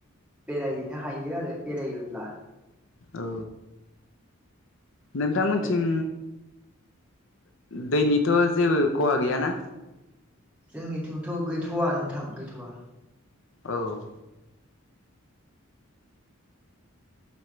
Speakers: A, in the centre; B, on the left.
A: बेरायहैनो हायो आरो बेरायोब्ला।
B: औ। नोंथां मोनथिं
A: दा
B: दैनिथ' जेबो खहा गैयाना?
A: जोंनिथिंथ' गैथ'वा नोंथां गैथ'वा।
B: औ।